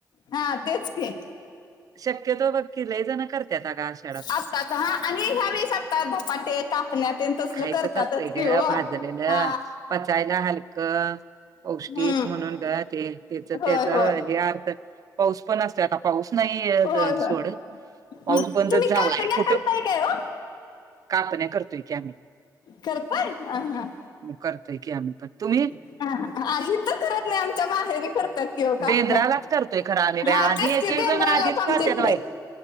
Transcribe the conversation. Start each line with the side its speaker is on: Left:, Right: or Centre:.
Left: हा तेच की
Right: शक्यतो बघ की लय जण करतत अग आषाढात
Left: आत्ताच हा आणि ह्यावेेळेस आता धपाटे कापण्या तेन तसलं
Right: खायचच
Left: करतातच
Right: असतंय
Left: की
Right: ग
Left: हो
Right: भाजलेलं
Left: हा
Right: पचायला हलकं पौष्टिक
Left: हम्म
Right: म्हणून ग ते त्याच
Left: होय
Right: त्याचा
Left: होय
Right: हे अर्थ पाऊस पण असतोय आता पाऊस नाहीये
Left: होय होय
Right: सोड
Left: हम्म.
Right: पाऊस बंदच
Left: तुम्ही
Right: झालाय
Left: कापण्या
Right: कुठ
Left: करताय काय ओ?
Right: कापण्या करतोय की आम्ही!
Left: करताय ह हा.
Right: करतोय की आम्ही पण, तुम्ही?
Left: हित करत नाही आमच्या माहेरी कर तात की ओ कापण्या
Right: बेंद्रालाच करतोय खरं आम्ही बाई
Left: हा
Right: आधी
Left: तेच
Right: एक
Left: की
Right: एक
Left: बेद्राला
Right: जण आधीच
Left: आमच्या
Right: खात्यात
Left: हिकडं
Right: बाई